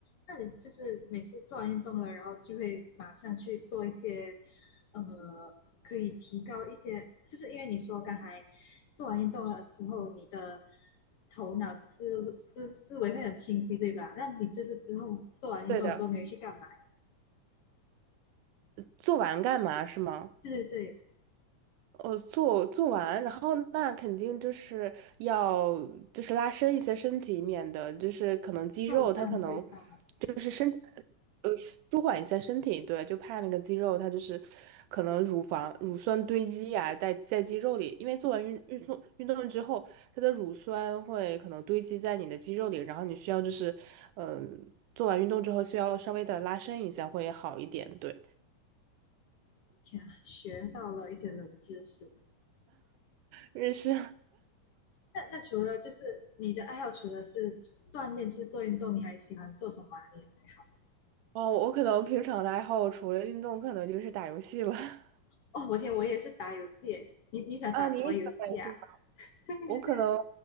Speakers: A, on the left (about 55°); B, on the right (about 85°).
A: 那你就是每次做完运动了，然后就会马上去做一些，呃，可以提高一些，就是因为你说刚才做完运动了之后，你的头脑思思思维会很清晰，对吧？那你就是之后做完运动之后，
B: 对的，
A: 你会去干嘛？
B: 做完干嘛是吗？
A: 对对对，
B: 呃，做做完，然后那肯定就是要就是拉伸一些身体，免得就是可能肌肉它可能
A: 受伤对吧？
B: 就是呃，舒缓一下身体，对，就怕那个肌肉它就是可能乳房乳酸堆积呀、在在肌肉里，因为做完运运动运动之后，它的乳酸会可能堆积在你的肌肉里，然后你需要就是，呃，做完运动之后需要稍微的拉伸一下会好一点，对，
A: 我天啊，学到了一些冷知识。
B: 认识
A: 那那除了就是你的爱好，除了是锻炼，就是做运动，你还喜欢做什么啊？你的爱好？
B: <laughs> 哦，我可能平常的爱好除了运动，可能就是打游戏了。<laughs>
A: 哦，我天，我也是打游戏耶。你你想打什么游戏啊？
B: 啊，你也喜欢打游戏？
A: <laughs> 对对对，
B: 我可能